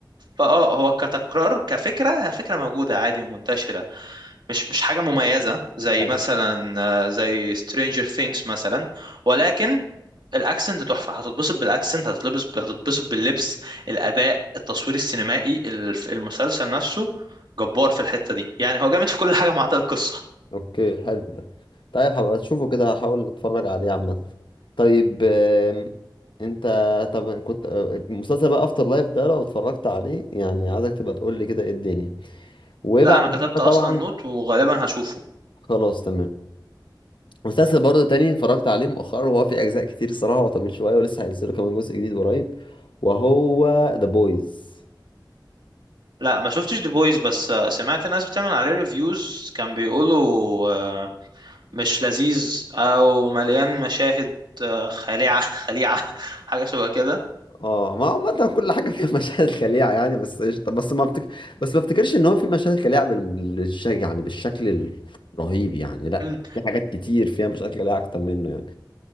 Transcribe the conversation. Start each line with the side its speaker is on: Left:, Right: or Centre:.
Right: فاه هو كتكرار كفكره فكره موجوده عادي ومنتشره مش مش حاجه مميزه زي
Left: طيب.
Right: مثلا آه، زي Stranger Things مثلا ولكن الاكسنت تحفه هتتبسط بالاكسنت هتتلبس هتتبسط باللبس الاداء التصوير السينمائي الف- المسلسل نفسه جبار في الحته دي يعني هو جامد في كل حاجه ما عدا القصه
Left: اوكي حلو ده طيب هبقى اشوفه كده هحاول اتفرج عليه عامه طيب آم، انت طب كنت آه، مسلسل بقى افتر لايف ده لو اتفرجت عليه يعني عايزك تبقى تقول لي كده ايه الدنيا
Right: <laughs>
Left: وبعد
Right: لا انا كتبت
Left: كده
Right: اصلا
Left: طبعا
Right: نوت وغالبا هشوفه
Left: خلاص تمام مسلسل برضه تاني اتفرجت عليه مؤخرا وهو في اجزاء كتير الصراحه هو طويل شويه ولسه هينزلوا كمان جزء جديد قريب وهو ذا بويز
Right: لا ما شفتش دي بويز بس آه، سمعت ناس بتعمل عليه ريفيوز كان بيقولوا آه، مش لذيذ او مليان مشاهد آه، خليعه <laughs> خليعه حاجه شبه كده
Left: اه ما عامة كل حاجة فيها <laughs> مشاهد خليعة يعني بس قشطة بس ما بتك... بس ما افتكرش ان هو في مشاهد خليعة بال... بالش... يعني بالشكل الرهيب يعني لا
Right: مم.
Left: في حاجات كتير فيها مشاهد خليعة اكتر منه يعني